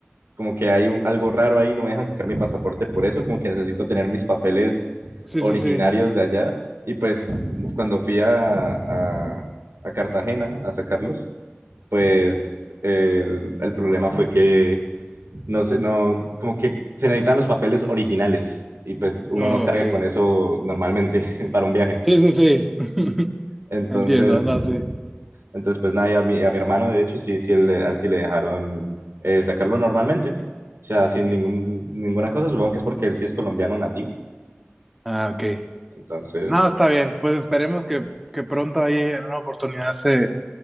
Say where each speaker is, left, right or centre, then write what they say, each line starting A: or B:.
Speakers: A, on the right; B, in the centre.
A: como que hay u- algo raro ahí, no me dejan sacar mi pasaporte por eso, como que necesito tener mis papeles
B: Sí,
A: originarios
B: sí, sí.
A: de allá. Y pues cuando fui a, a- a Cartagena a sacarlos, pues el, el problema fue que no sé, no, como que se necesitan los papeles originales y pues uno
B: Ok.
A: no carga con eso normalmente <laughs> para un viaje.
B: Sí, sí, sí.
A: Entonces,
B: Entiendo, no, sí.
A: entonces, pues nada, y a mi, a mi hermano, de hecho, sí, sí, él, le- a él sí le dejaron eh, sacarlo normalmente. O sea, sin ningún, ninguna cosa, supongo que es porque él sí es colombiano nativo.
B: Ah, ok.
A: Entonces,
B: No, está bien. Pues esperemos que, que pronto ahí en una oportunidad se,